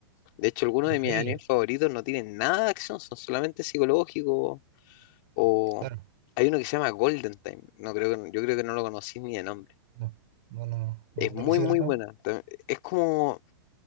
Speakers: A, on the left (about 50°); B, on the right (about 55°).
A: de hecho, algunos
B: Increíble,
A: de mis animes favoritos no tienen nada de acción, son solamente psicológicos o
B: claro.
A: hay uno que se llama Golden Time. No creo que yo creo que no lo conocí ni de nombre.
B: No, no, no, no, no.
A: Es muy
B: ¿De qué se
A: muy
B: trata?
A: buena. tam- Es como